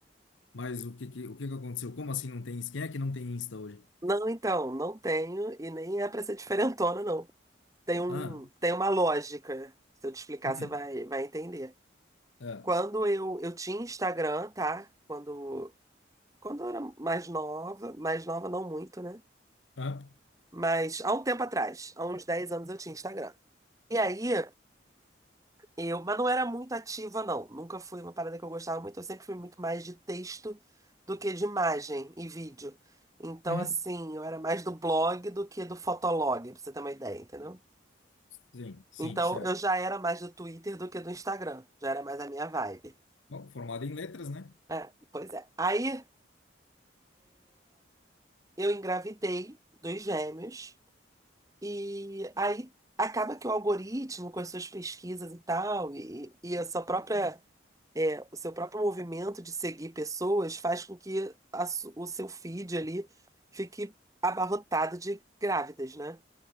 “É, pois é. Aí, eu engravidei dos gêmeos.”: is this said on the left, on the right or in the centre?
Right